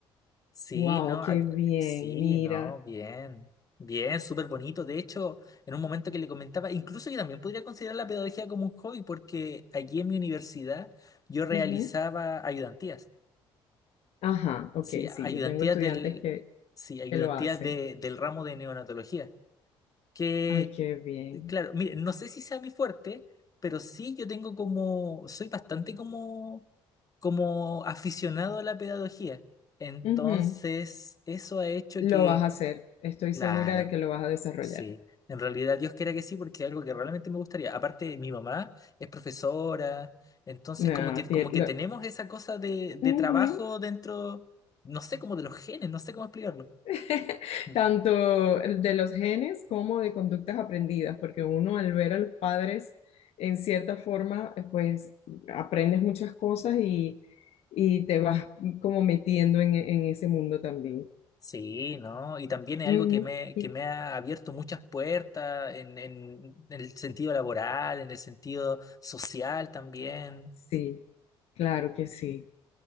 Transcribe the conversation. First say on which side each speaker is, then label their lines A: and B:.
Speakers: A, on the left; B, on the left.
A: Sí,
B: Wow,
A: no,
B: qué
A: ac-
B: bien,
A: sí,
B: mira.
A: no, bien, bien, súper bonito. De hecho, en un momento que le comentaba, incluso yo también podría considerar la pedagogía como un hobby, porque allí en mi universidad yo realizaba
B: Ujú.
A: ayudantías,
B: Ajá, ok,
A: sí,
B: sí,
A: ayudantías
B: yo tengo estudiantes
A: del,
B: que,
A: sí, ayudantías
B: que lo hacen.
A: de- del ramo de neonatología, que,
B: Ay, qué bien.
A: claro, mire, no sé si sea mi fuerte, pero sí yo tengo como, soy bastante como, como aficionado a la pedagogía. Entonces,
B: Ujú.
A: eso ha hecho
B: Lo
A: que
B: vas a hacer, estoy
A: Claro,
B: segura de que lo vas a desarrollar.
A: sí. En realidad Dios quiera que sí, porque es algo que realmente me gustaría. Aparte, mi mamá es profesora, entonces
B: No,
A: como que,
B: tie-
A: como que
B: lo-
A: tenemos esa cosa de, de
B: Ujú.
A: trabajo dentro, no sé, como de los genes, no sé cómo explicarlo.
B: <laughs>
A: Mm.
B: Tanto el de los genes como de conductas aprendidas, porque uno al ver a los padres, en cierta forma, eh, pues aprendes muchas cosas y, y te vas como metiendo en, en ese mundo también.
A: Sí, ¿no? Y también es
B: Ujú.
A: algo que me,
B: Y-
A: que me ha abierto muchas puertas en, en, en el sentido laboral, en el sentido social también.
B: sí, claro que sí.